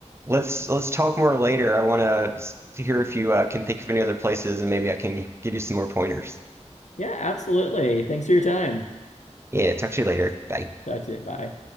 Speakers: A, on the right (about 20°); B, on the left (about 75°).
A: let's let's talk more later. I want to hear if you uh, can think of any other places, and maybe I can give you some more pointers.
B: Yeah, absolutely. Thanks for your time.
A: Yeah, talk to you later. Bye.
B: Talk to you. Bye.